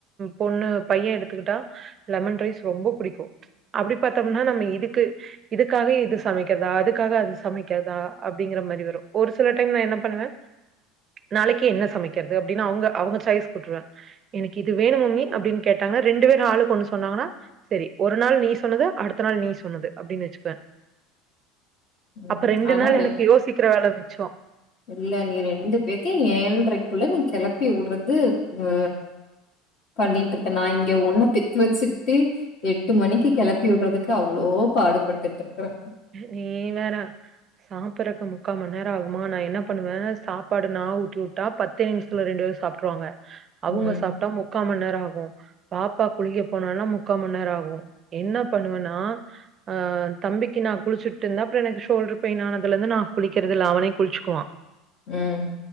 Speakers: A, on the right; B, on the left.
A: பொண்ணு பையன் எடுத்துக்கிட்டா லெமன் ரைஸ் ரொம்ப பிடிக்கு அப்டி பாத்தோம்னா நம்ம இதுக்கு இதுக்காக இது சமக்கிறதா அதுக்காக இது சமக்கிறதா அப்டிங்கிற மாரி வரு ஒரு சில டைம் நா என்ன பண்ணுவே நாளைக்கு என்ன சமைக்கிறது அப்டின்னு அவுங்க அவுங்க சாய்ஸ் குடுதுருவே எனக்கு இது வேணு மம்மி அப்டின்னு கேட்டாங்கன ரெண்டு பேர் ஆளு கொண்ணு சொன்னாங்கன்னா சரி ஒரு நாள் நீ சொன்னது அடுத்த நாள் நீ சொன்னது அப்டின்னு வச்சுப்பே
B: ம்
A: அப்ப ரெண்டு
B: ஆனா
A: நாள் எனக்கு யோசிக்கிர வேல மிச்சோ
B: இல்லா நீ ரெண்டு பேத்தயு ஏழ்ரைக்குள்ள நீ கெளப்பி உடுறது அ பண்ணிட்டு இருக்கே நா இங்க ஒன்னு பெத்து வச்சுட்டு எட்டு மணிக்கு கெளப்பி விட்றதுக்கு அவ்வளோ பாடுபட்டுட்டு இருக்குறே
A: நீ வேற சாப்பறக்கு முக்கா மண் நரோ ஆகுமா நா என்ன பண்ணுவ சாப்பாடு நா ஊட்டி உட்டா பத் தே நிமிஷத்துல ரெண்டு பேரு சாப்ட்ருவாங்க அவங்க
B: ம்,
A: சாப்ட்டா முக்கா மண் நேரோ ஆகு பாப்பா குளிக்க போனனா முக்கா மன்நேரோ ஆகு என்ன பண்ணுவன்னா ஆ தம்பிக் கி நா குளிச்சுட் இருந்த அப்றோ எனக்கு ஷோல்டர் பெய்ன் ஆனதுலர்து நா குளிக்கிறது இல்ல அவனே குளிச்சுக்குவா
B: ம்